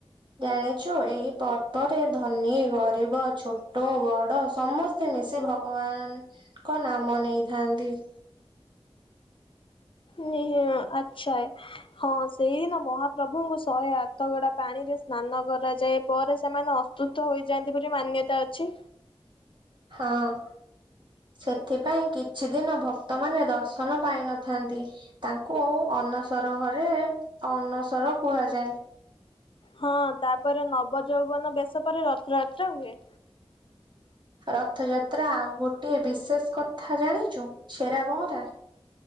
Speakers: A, on the right; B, on the left.
A: ଜାଣିଛୁ ଏହି ପର୍ବରେ ଧନୀ ଗରିବ ଛୋଟ ବଡ଼ ସମ୍ ସମସ୍ତେ ମିଶି ଭଗବାନଙ୍କ ନାମ ନେଇଥାନ୍ତି। ହ
B: ନିହିମା ଆଚ୍ଛା ଏ। ହଁ ସେହିଦିନ ମହାପ୍ରଭୁଙ୍କୁ ଶହେ ଆଠ ଗରା ପାଣିରେ ସ୍ନାନ କରାଯାଏ। ପରେ ସେମାନେ ତୁତ ହୋଇଯାଆନ୍ତି ବୋଲି ମାନ୍ୟତା ଅଛି।
A: ହଁ ସେଥିପାଇଁ କିଛି ଦିନ ଭକ୍ତମାନେ ଦର୍ଶନ ପାଇନଥାନ୍ତି। ତାଙ୍କୁ ଅନସର ଘରେ ଅନସର କୁହାଯାଏ।
B: ହଁ ତାପରେ ନବ ଯୌବନ ବେଶ ପରେ ରଥଯାତ୍ରା ହୁଏ।
A: ରଥଯାତ୍ରା ଆଉ ଗୋଟେ ବିଶେଷ କଥା ଜାଣିଚୁ ଛେରା ପହଁରା।